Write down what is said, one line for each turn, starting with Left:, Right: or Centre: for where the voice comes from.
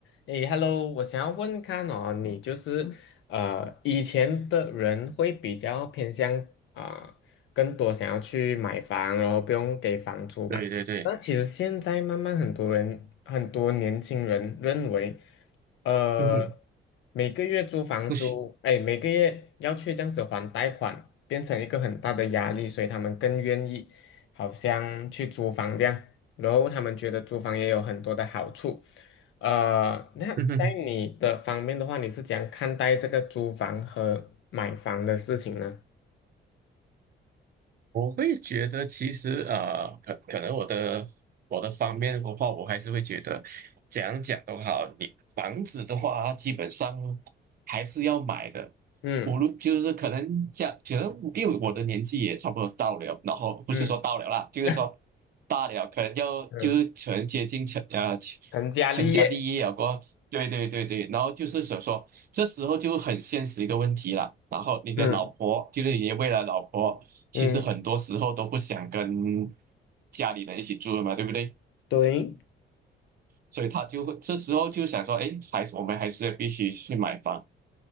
Left: 诶，Hello，我想要问看哦，你就是呃，以前的人会比较偏向啊、更多想要去买房，然后不用给房租嘛。
Right: 对对对，
Left: 那其实现在慢慢很多人，很多年轻人认为，呃，
Right: 嗯哼，
Left: 每个月租房租，
Right: 不行，
Left: 哎，每个月要去这样子还贷款，变成一个很大的压力，所以他们更愿意好像去租房这样，然后他们觉得租房也有很多的好处。呃，那在你的方面的话，
Right: 嗯哼，
Left: 你是怎样看待这个租房和买房的事情呢？
Right: 我会觉得其实呃，可可能我的我的方面的话，我还是会觉得怎样讲都好，你房子的话，基本上还是要买的。
Left: 嗯
Right: 无论就是可能讲，觉得因为我的年纪也差不多到了，然后不是说到了啦，
Left: 嗯
Right: 就是说
Left: <laughs>
Right: 大了，可能要就是可能接近成呃成
Left: 嗯，成家立业，
Right: 成家立业了过后对对对对，然后就是想说。这时候就很现实一个问题了。然后你的老婆，
Left: 嗯
Right: 就是你的未来老婆，其实很多时候都不想跟
Left: 嗯，
Right: 家里人一起住了嘛，对不对？
Left: 对。
Right: 所以他就会这时候就想说，哎，还是我们还是必须去买房。